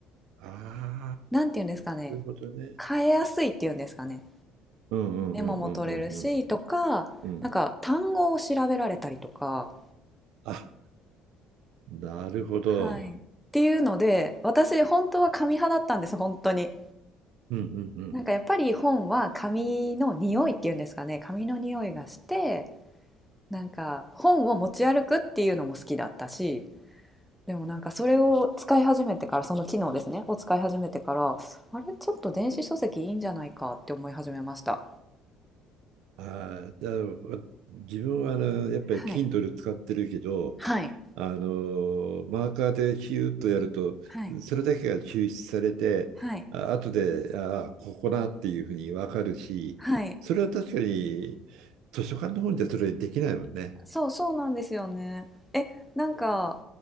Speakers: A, on the right; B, in the centre.
A: ああ、
B: なんていうんですかね、
A: なるほどね。
B: 変えやすいっていうんですかね。
A: うん。うんうんうんうんうん
B: メモも取れるしとか、
A: うんうん
B: なんか単語を調べられたりとか、
A: あ、なるほど。
B: はい。っていうので、私本当は紙派だったんです、本当に。
A: うんうんうん。
B: なんかやっぱり本は紙の匂いっていうんですかね、紙の匂いがして、なんか本を持ち歩くっていうのも好きだったし、でもなんかそれを使い始めてから、その機能ですね、を使い始めてから、あれ、ちょっと電子書籍いいんじゃないかって思い始めました。
A: ああだわ自分はあのやっぱり
B: はい。
A: Kindle 使ってるけど、
B: はい。
A: あのマーカーでヒューッとやると、
B: はい。
A: それだけが抽出されて、
B: はい。
A: あ後で、ああ、ここだっていうふうに分かるし、
B: はい。
A: それは確かに図書館の本じゃそれできないもんね。
B: そうそうなんですよね。え、なんか